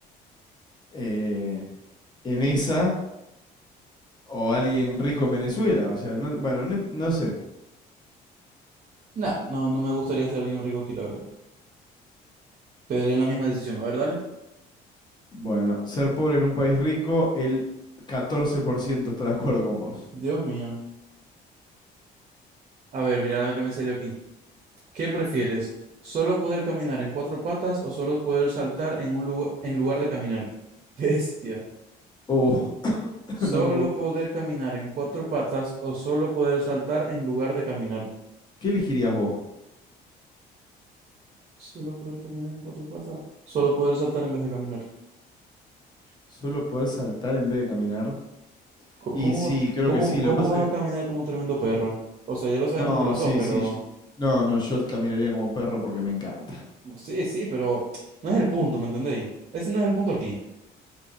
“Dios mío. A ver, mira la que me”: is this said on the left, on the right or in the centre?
Right